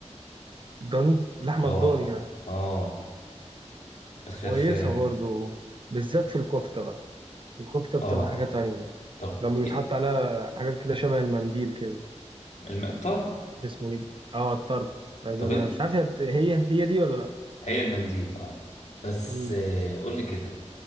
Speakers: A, on the right; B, on the left.
A: ضاني لحمه
B: اه
A: الضاني يعني
B: اه الخرفان
A: كويسه برضو بالذات في الكفته بقى الكفته بتبقى
B: اه
A: حاجه تانية
B: طب
A: لما بيتحط
B: إيه
A: عليها حاجات كده شبه المنديل كده
B: الم- الطرب
A: اسمه ايه اه الطرب آه، ده
B: طب
A: أنا
B: إيه
A: مش عارف هي بت- هي هي دي ولا لا
B: هي المنديل اه بس
A: مم.
B: آه، قول لي كده